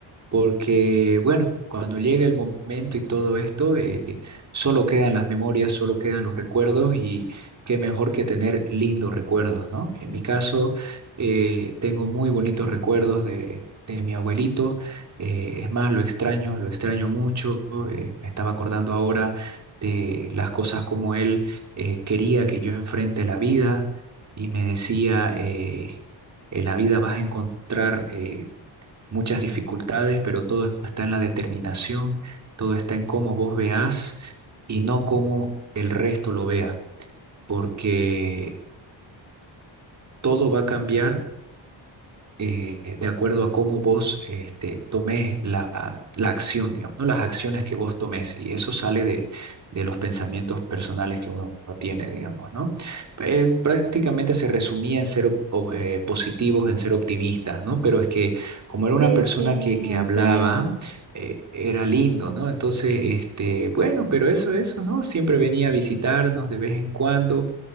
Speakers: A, on the right (about 35°); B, on the right (about 70°).
A: porque bueno, cuando llega el momento y todo esto, eh, solo quedan las memorias, solo quedan los recuerdos y qué mejor que tener lindos recuerdos, ¿no? En mi caso, eh, tengo muy bonitos recuerdos de, de mi abuelito, eh, es más, lo extraño, lo extraño mucho, eh, me estaba acordando ahora de las cosas como él eh, quería que yo enfrente la vida y me decía... eh, en la vida vas a encontrar eh, muchas dificultades, pero todo está en la determinación, todo está en cómo vos veas y no cómo el resto lo vea, porque todo va a cambiar eh, de acuerdo a cómo vos este, tomes la, la acción, digamos, ¿no? Las acciones que vos tomes. Y eso sale de, de los pensamientos personales que uno tiene, digamos, ¿no? Eh, prácticamente se resumía en ser op- o- eh, positivos, en ser optimistas, ¿no? Pero es que como era una
B: Sí,
A: persona
B: sí,
A: que, que
B: entiendo.
A: hablaba, eh, era lindo, ¿no? Entonces, este, bueno, pero eso, eso, ¿no? Siempre venía a visitarnos de vez en cuando